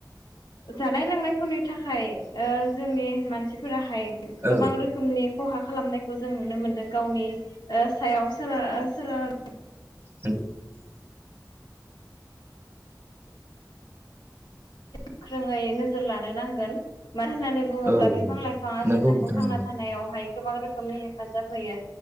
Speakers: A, on the left; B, on the right.
A: जानाय लोंनायफोरनि थाखाय जोंनि मानसिफोराहाय
B: औ
A: गोबां रोखोमनि खहा खालामनायखौ जों नुनो मोनदों गावनि सायाव सोन सोनार
B: <unintelligible>
A: गोख्रोङै नोजोर लानो नांगोन मानो होननानै बुङोब्ला
B: औ
A: बिफां लाइफाङासो
B: नंगौ
A: जोंखौ
B: नोंथां
A: थांना
B: नंगौ
A: थानायावहाय गोबां रोखोमनि हेफाजाब होयो